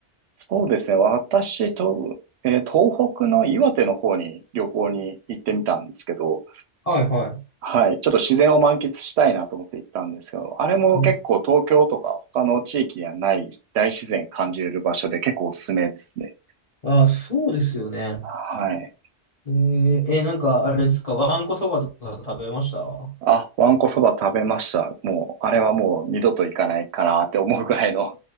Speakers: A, on the right; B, on the left.
A: そうですね。私と、えー東北の岩手の方に旅行に行ってみたんですけど、
B: はいは
A: はい。ちょっと自然を満喫したいなと思って行ったんですけど、あれも結構東京とか他の地域にはない大自然感じれる場所で結構おすすめですね。
B: い。うんあ、そうですよね。
A: はい。
B: えーえなんかあれですか、わんこそばとか食べました
A: あ、わんこそば食べました。もう、あれはもう二度と行かないかなって思うくらいの